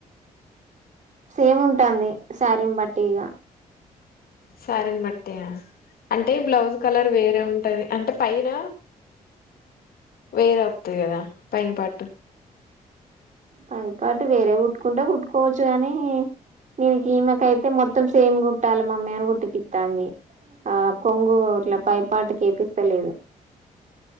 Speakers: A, on the right; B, on the left.
A: సేమ్ ఉంటాంది శారీని బట్టి ఇగ
B: సారీని బట్టియా అంటే బ్లౌజ్ కలర్ వేరే ఉ టాది. అంటే పైన వేరే వత్తది కదా పైన పాట్టు
A: పైనపాటు వేరే ఉట్టుకుంటే, కుట్టుకోవచ్చు కాని. దినికి ఈమెకయితే మొత్తం సేమ్ గుట్టాలి మమ్మీ అని కుట్టి పత్తాంది. ఆ కొంగు ఇట్లా పైపాటు కేపిస్తలేదు.